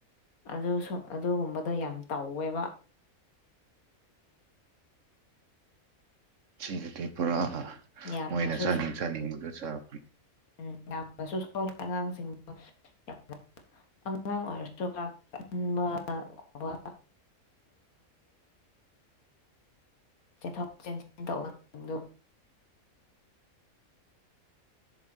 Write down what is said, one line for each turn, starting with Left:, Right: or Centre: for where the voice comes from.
Left: ꯑꯗꯨꯁꯨ ꯑꯗꯨꯒꯨꯝꯕꯗꯣ ꯌꯥꯝ ꯇꯧꯋꯦꯕ
Right: ꯁꯤꯒꯤꯗꯤ ꯄꯨꯔꯥ
Left: ꯌꯥꯝꯅꯁꯨ
Right: ꯃꯣꯏꯅ ꯆꯥꯅꯤꯡ ꯆꯥꯅꯤꯡꯕꯗ ꯆꯥꯛꯄꯅꯤ
Left: ꯎꯝ ꯌꯥꯝꯅꯁꯨ ꯁꯣꯜꯂꯤꯦ ꯑꯉꯥꯡꯁꯤꯡꯗꯣ ꯌꯥꯝꯅ ꯑꯉꯥꯡ ꯑꯣꯏꯔꯁꯨꯥꯛ ꯀꯟꯕꯒꯨꯝꯕ ꯆꯦꯟꯊꯣꯛ ꯆꯦꯟꯁꯤꯟ ꯇꯧꯕꯁꯤꯡꯗꯣ